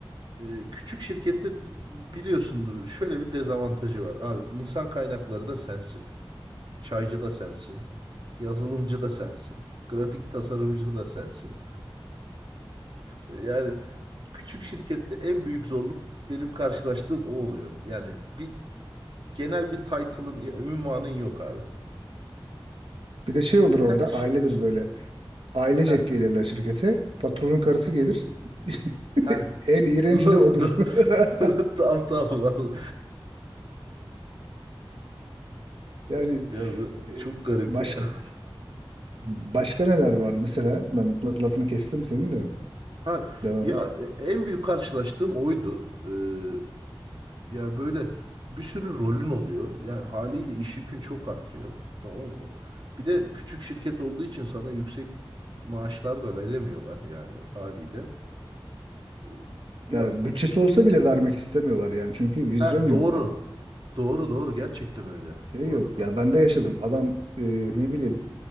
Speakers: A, on the right; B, on the right.
A: Ee, küçük şirkette biliyorsundur şöyle bir dezavantajı var. Abi insan kaynakları da sensin. Çaycı da sensin. Yazılımcı da sensin. Grafik tasarımcısı da sensin. <laughs> Yani küçük şirkette en büyük zorluk benim karşılaştığım o oluyor. Yani bir genel bir title'ın, ünvanın yok abi.
B: Bir de şey olur onda
A: Her iş
B: ailedir
A: yapıyorsun.
B: böyle. Ailecek
A: Heh,
B: gelirler şirkete. Patronun karısı gelir. <laughs>
A: heh. <laughs>
B: El iğrenci
A: Doğru,
B: de odur.
A: doğru.
B: <laughs>
A: <laughs> Tamam, tamam. abi.
B: Yani
A: Ya bu
B: e,
A: çok garip
B: başka
A: ya. <laughs>
B: başka neler vardı? Mesela ben la- lafını kestim senin de.
A: Ha,
B: Devam
A: ya
B: et.
A: e, en büyük karşılaştığım oydu. Ee, Ya böyle bir sürü rolün oluyor. Yani haliyle iş yükün çok artıyor. Tamam mı? Bir de küçük şirket olduğu için sana yüksek maaşlar da veremiyorlar yani haliyle. Ee, Ya
B: Ya bütçesi olsa bile vermek istemiyorlar yani. Çünkü vizyon
A: ha
B: yok
A: doğru.
B: adam.
A: Doğru doğru gerçekten öyle
B: Şey
A: bu
B: yok.
A: arada.
B: Ya ben de yaşadım. Adam e, ne bileyim